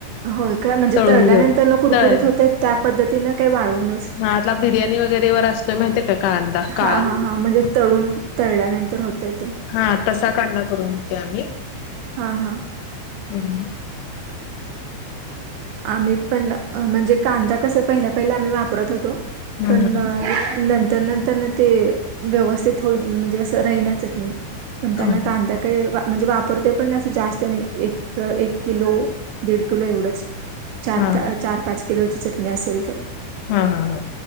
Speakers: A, on the right; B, on the left.
A: होय काय? म्हणजे
B: तळून
A: तळल्यानंतर
B: घेऊन
A: न कुरकुरीत
B: तळ
A: होते त्या पद्धतीने का वाळवूनच?
B: हा आपला बिर्याणी वगैरे व असतोय माहितीय का कांदा
A: हा
B: काळा
A: हा हा म्हणजे
B: <unintelligible>
A: तळून तळल्यानंतर होतय. ते
B: हा. तसा कांदा करून देते आम्ही.
A: हा हा.
B: हम्.
A: आम्ही पण. म्हणजे कांदा कस पहिल्या पहिल्या आम्ही वापरत होतो.
B: हम्म
A: पण ना नंत- त्या नंतर ना ते, व्यवस्थित होईना म्हणजे असं राहिना चटणी. पण त्यांना
B: हम्म
A: कांदा काही- म्हणजे वापरते, पण नाही असं जास्त नाही एक किलो दीड किलो एवढंच. चार
B: हा
A: चार पाच किलोची चटणी असेल तर.
B: हा हा.